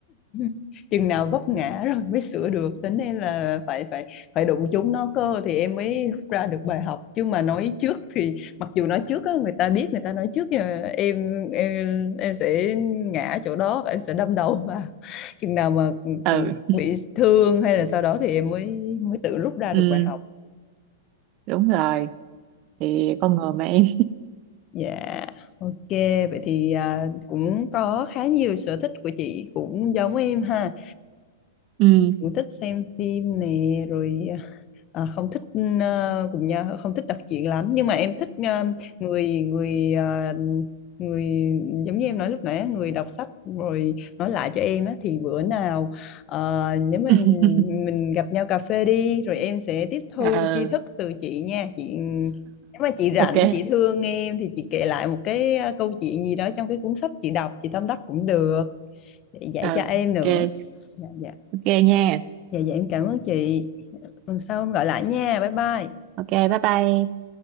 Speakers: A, on the left; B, on the right.
A: <laughs> chừng nào vấp ngã rồi mới sửa được tính đây là phải phải phải đụng chúng nó cơ thì em mới rút ra được bài học chứ mà nói trước thì mặc dù nói trước á, người ta biết người ta nói trước nhưng em em em sẽ ngã chỗ đó và em sẽ đâm đầu vào <laughs> chừng nào mà
B: <laughs>
A: ừ,
B: ừ
A: bị thương hay là sau đó thì em mới mới tự rút ra
B: ừ
A: được bài học
B: đúng rồi thì con người mà em
A: dạ Ok, vậy thì à, cũng có khá nhiều sở thích của chị cũng giống em ha.
B: <laughs> ừ
A: cũng thích xem phim nè rồi à, không thích ờ, cũng nha không thích đọc truyện lắm nhưng mà em thích ờ, người người ờ, người giống như em nói lúc nãy á, người đọc sách rồi nói lại cho em á thì bữa nào ờ, nếu mình
B: <laughs>
A: mình gặp nhau cà phê đi rồi em sẽ tiếp thu
B: ừ
A: tri thức từ chị nha chị nếu mà chị rảnh
B: ok
A: chị thương em thì chị kể lại một cái ờ, câu chuyện gì đó trong cái cuốn sách chị đọc chị tâm đắc cũng được để dạy
B: ừ
A: cho em nữa
B: ok
A: dạ dạ
B: ok nha
A: dạ dạ em cảm ơn chị tuần sau gọi lại nha bye bye
B: ok bye bye